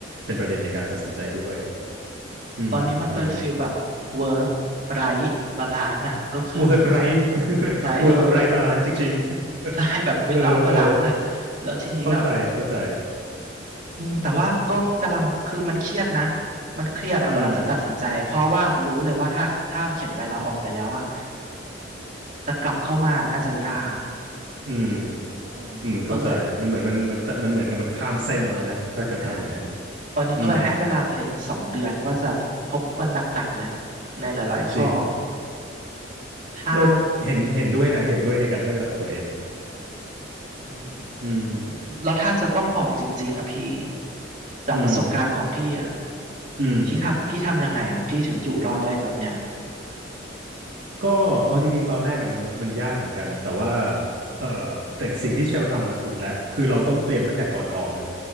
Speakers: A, on the right; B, on the right.
A: เป็นประเด็นในการตัดสินใจด้วยอืมอืม
B: ตอนนี้มันเป็นฟิลแบบ work r i g h balance อ่ะก็คือแบบ
A: work right <laughs>
B: right
A: work
B: เออ
A: right balance จริง
B: ใช่แบบ
A: ๆ <laughs>
B: without
A: เออเออ
B: balance นซ์นะแล้วทีนี้แบบ
A: เข้าใจเข้าใจ
B: อืมแต่ว่าก็กำลังคือมันเครียดนะมันเครียดอะเวลาจะอืตัดมสินใจเพราะว่ารู้เลยว่าถ้าถ้าเขียนใบลาออกไปแล้วอะ
A: อืม
B: จะกลับเข้ามาน่าจะยาก
A: อืม
B: อืมก็เลย
A: อืมเข้าใจมันเหมือนมันมันมันเหมือนกับมันข้ามเส้นมาแล้วนะถ้าเกิดทำอย่างนั้น
B: ใช่ตอนนี้ก็เลยให้เวลาตัวเองสองเดือนว่าจะทบทวนหนักๆเลย
A: อืม
B: ในหลายๆข้อ
A: จริง
B: ถ้า
A: ก็เห็นเห็นด้วยนะเห็นด้วยในการให้เวลาตัวเอง
B: อืม
A: อืม
B: แล้วถ้าจะต้องออกจริงๆอะพี่จากประสบการณ์ของพี่อะ
A: อืมอืม
B: พี่ทำพี่ทำยังไงอะพี่ถึงอยู่รอดได้แบบเนี้ย
A: ก็เอาจริงๆตอนแรกอะมันมันยากเหมือนกันแต่ว่าเออแต่สิ่งที่เชลทำอะถูกแล้วคือเราต้องเตรียมตั้งแต่ก่อนออกเลย